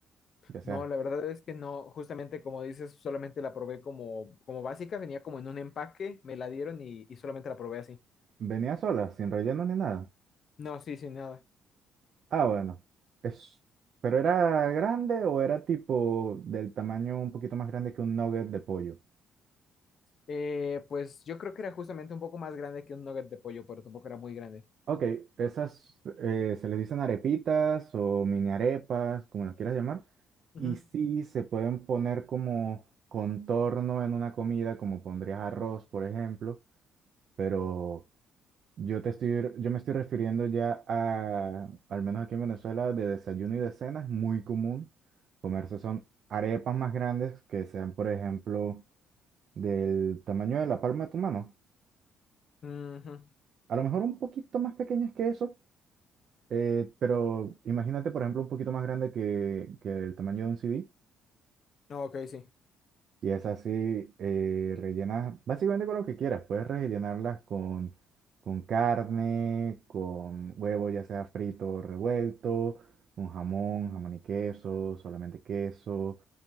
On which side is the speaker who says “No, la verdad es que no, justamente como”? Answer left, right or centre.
Left